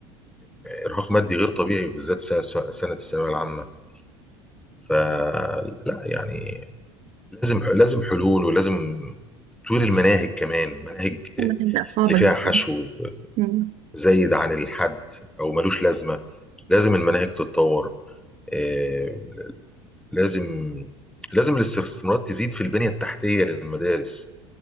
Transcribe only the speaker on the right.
كل حاجة بقت صعبة
جدا
مم.